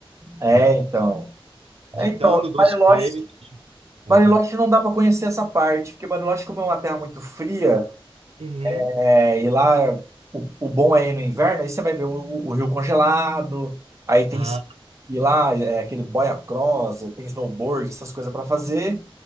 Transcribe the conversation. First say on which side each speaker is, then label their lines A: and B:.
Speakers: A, on the right; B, on the right.
A: É,
B: né?
A: então.
B: De
A: É, então,
B: tango, doce
A: Bariloche
B: de leite. é.
A: Bariloche não dá para conhecer essa parte, porque Bariloche, como é uma terra muito fria,
B: Uhum.
A: é, e lá o, o bom é ir no inverno, aí você vai ver o, o rio congelado, aí tem
B: Ah,
A: e lá é, aquele boia cross, tem snowboard, essas coisas para fazer,